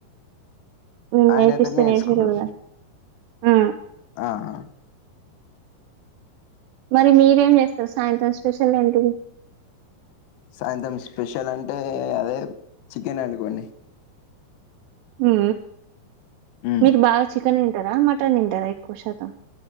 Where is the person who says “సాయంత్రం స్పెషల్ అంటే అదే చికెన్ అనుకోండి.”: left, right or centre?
Left